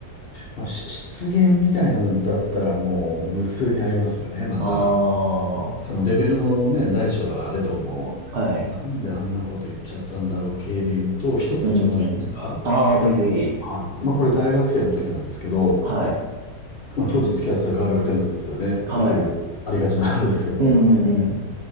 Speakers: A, on the left; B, on the right.
A: まあ、し失言みたいなのだったらもう無数にありますよね、また。
B: ああ、は
A: そのレベルのね、大小はあれども、
B: い。
A: なんであんなこと言っちゃったんだろう系で言うと、一つちょっといいですか
B: うん。ああ、ぜひぜひ。
A: はい。まあこれ大学生の時なんですけど、
B: はい。
A: まあ当時付き合ってたガールフレンドですよね。
B: はい。
A: よくありがちなあれですけど。
B: うんうんうん。